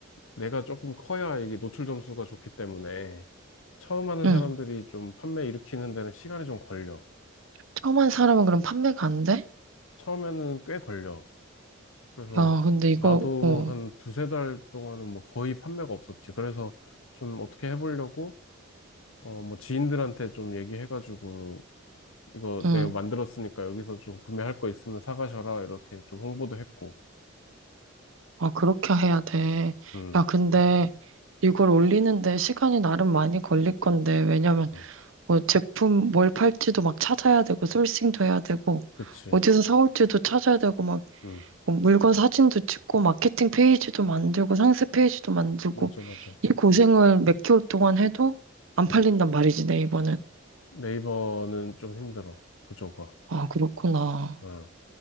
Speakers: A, on the left; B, on the right.
A: 내가 조금 커야 이게 노출 점수가 좋기 때문에 처음 하는
B: 응.
A: 사람들이 좀 판매 일으키는 데는 시간이 좀 걸려.
B: 처음 한 사람은 그럼 판매가 안 돼?
A: 처음에는 꽤 걸려. 그래서
B: 야, 근데 이거,
A: 나도
B: 어,
A: 한 두세 달 동안은 뭐 거의 판매가 없었지. 그래서 좀 어떻게 해보려고 어 뭐 지인들한테 좀 얘기해가지고 이거
B: 응.
A: 내가 만들었으니까 여기서 좀 구매할 거 있으면 사가셔라 이렇게 좀 홍보도 했고.
B: 아, 그렇게 해야 돼.
A: 음,
B: 야, 근데 이걸 올리는데 시간이 나름 많이 걸릴 건데, 왜냐면
A: 음,
B: 뭐 제품 뭘 팔지도 막 찾아야 되고 소싱도 해야 되고
A: 그치.
B: 어디서 사올지도 찾아야 되고 막뭐
A: 음,
B: 물건 사진도 찍고 마케팅 페이지도 만들고 상세 페이지도 만들고
A: 맞아, 맞아.
B: 이 고생을 몇 개월 동안 해도 안 팔린단
A: 음.
B: 말이지 네이버는.
A: 네이버는 좀 힘들어. 구조가.
B: 아 그렇구나.
A: 어,